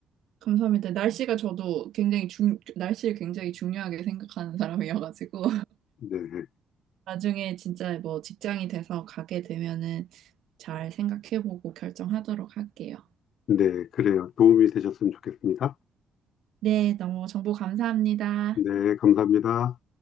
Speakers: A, on the right (about 75°); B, on the left (about 70°).
A: 감사합니다. 날씨가 저도 굉장히 중, 날씨를 굉장히 중요하게 생각하는 사람이어가지고.
B: 네.
A: 나중에 진짜 뭐 직장이 돼서 가게 되면은 잘 생각해보고 결정하도록 할게요.
B: 네, 그래요. 도움이 되셨으면 좋겠습니다.
A: 네, 너무 정보 감사합니다.
B: 네, 감사합니다.